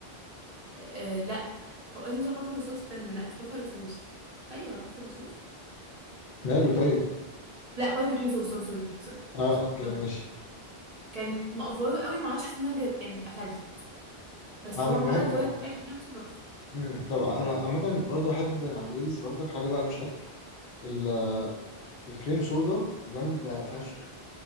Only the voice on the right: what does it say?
آه لا هو اسمه صح بافلو صوص استنى لا مش بافلو صوص ايوه بافلو صوص
لا باربيكيو صوص سوري سوري سوري
سوري
كان مقفوله قوي ما اعرفش حسيت ان انا جز... يعني قفلت بس
هو
عملا
كويس
الاكل نفسه تحفه